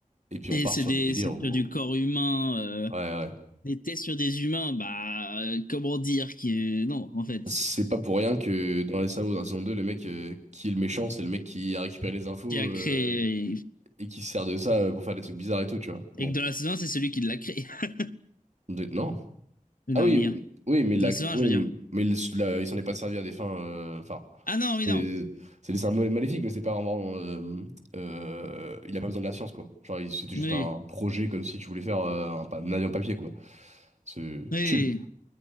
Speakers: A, on the right; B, on the left.
A: et puis on
B: et
A: part
B: c'est
A: sur
B: des
A: des délires
B: c'est
A: où.
B: sur du corps humain euh,
A: Ouais, ouais. ouais.
B: des tests sur des humains bah euh, comment dire qui non en fait
A: C'est pas pour rien que dans les SAO, dans la saison 2 le mec euh, qui est le méchant, c'est le mec qui a récupéré les infos
B: qui
A: euh,
B: a créé
A: et qui se sert de ça euh, pour faire des trucs bizarres et tout, tu vois. Bon.
B: et que dans la saison 1, c'est celui qui l'a créé <laughs>
A: De- Non.
B: le
A: Ah
B: Norguien
A: oui, oui, mais,
B: dans
A: la,
B: la saison 1,
A: oui,
B: je veux dire
A: mais le- la- il s'en est pas servi à des fins. euh, enfin,
B: ah non
A: c'est
B: oui non
A: c'est des symboles maléfiques, mais c'est pas vraiment. euh, euh, il a pas besoin de la science, quoi. Genre, il- c'était juste
B: oui
A: un projet comme si tu voulais faire euh, un, pa- un avion papier, quoi. C'est
B: oui
A: chill.